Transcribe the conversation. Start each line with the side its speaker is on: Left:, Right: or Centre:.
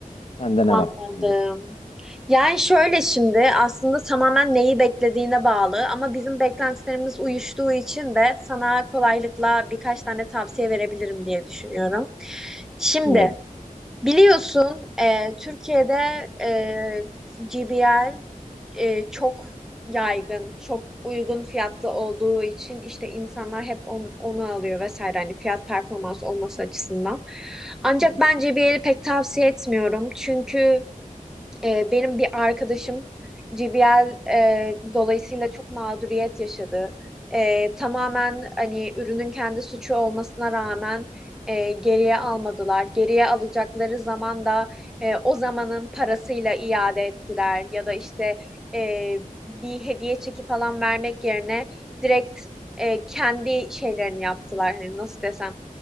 Left: Sende ne
Centre: anladım.
Left: var sence?
Centre: Yani şöyle şimdi aslında tamamen neyi beklediğine bağlı ama bizim beklentilerimiz uyuştuğu için de sana kolaylıkla birkaç tane tavsiye verebilirim diye düşünüyorum. Şimdi
Left: Bilmiyorum.
Centre: Biliyorsun e, Türkiye'de e, GBL e, çok yaygın, çok uygun fiyatlı olduğu için işte insanlar hep on- onu alıyor vesaire hani fiyat performans olması açısından. Ancak
Left: Hı hı.
Centre: ben GBL'i pek tavsiye etmiyorum çünkü e, benim bir arkadaşım GBL e, dolayısıyla çok mağduriyet yaşadı. E, tamamen hani ürünün kendi suçu olmasına rağmen e, geriye almadılar. Geriye alacakları zaman da e, o zamanın parasıyla iade ettiler ya da işte e, bir hediye çeki falan vermek yerine direkt e, kendi şeylerini yaptılar. Hani nasıl desem